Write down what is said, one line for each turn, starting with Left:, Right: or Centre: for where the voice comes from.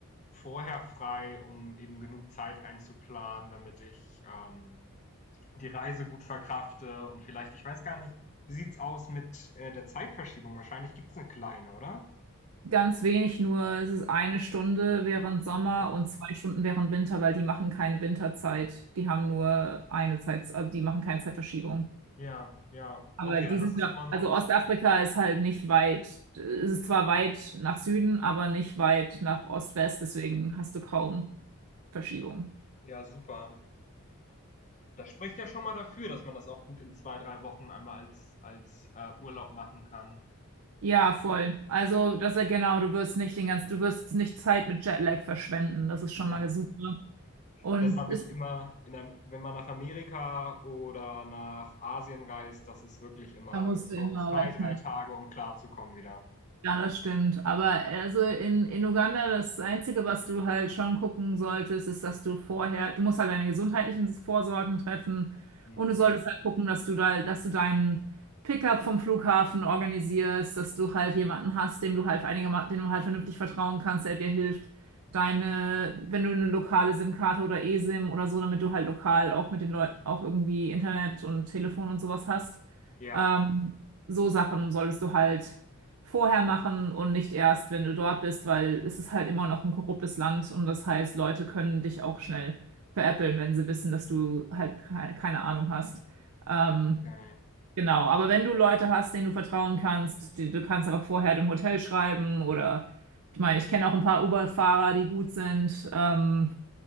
Left: vorher frei, um eben genug Zeit einzuplanen, damit ich ähm, die Reise gut verkrafte und vielleicht, ich weiß gar nicht, wie sieht's aus mit äh, der Zeitverschiebung? Wahrscheinlich gibt's eine kleine, oder?
Right: Ganz wenig nur, es ist eine Stunde während Sommer
Left: Ja.
Right: und zwei Stunden während Winter, weil die machen keine Winterzeit. Die haben nur eine Zeit, also die machen keine Zeitverschiebung.
Left: Ja, ja.
Right: Aber
Left: Okay,
Right: die
Left: ja, das
Right: sind
Left: ist
Right: ja,
Left: immer noch,
Right: also Ostafrika ist halt nicht weit, es ist zwar weit nach Süden, aber nicht weit nach Ost-West, deswegen hast du kaum Verschiebung.
Left: ja, super. Das spricht ja schon mal dafür, dass man das auch gut in zwei, drei Wochen einmal als, als äh, Urlaub machen kann.
Right: Ja, voll. Also, das ist ja genau, du wirst nicht den ganzen, du wirst nicht Zeit mit Jetlag verschwenden, das ist schon
Left: Ja,
Right: mal super. Und
Left: das habe
Right: es,
Left: ich immer, in der, wenn man nach Amerika oder nach Asien reist, das ist wirklich immer,
Right: da musst
Left: ich
Right: du
Left: brauche
Right: immer
Left: zwei,
Right: rechnen.
Left: drei Tage, um klarzukommen wieder.
Right: Ja, das stimmt. Aber also in, in Uganda, das Einzige, was du halt schon gucken solltest, ist, dass du vorher, du musst halt deine gesundheitlichen Vorsorgen treffen
Left: Hm.
Right: und du solltest halt gucken, dass du da, dass du deinen Pickup vom Flughafen organisierst, dass du halt jemanden hast, dem du halt einigermaßen, dem du halt vernünftig vertrauen kannst, der dir hilft, deine, wenn du eine lokale SIM-Karte oder eSIM oder so, damit du halt lokal auch mit den Leuten auch irgendwie Internet und Telefon und sowas hast.
Left: Ja,
Right: Ähm, so Sachen solltest du halt vorher machen und nicht erst, wenn du dort bist, weil es ist halt immer noch ein korruptes Land und das heißt, Leute können dich auch schnell veräppeln, wenn sie wissen, dass du halt ke- keine Ahnung hast. Ähm,
Left: okay.
Right: genau, aber wenn du Leute hast, denen du vertrauen kannst, die, du kannst einfach vorher dem Hotel schreiben oder ich meine, ich kenne auch ein paar Uber-Fahrer, die gut sind. Ähm,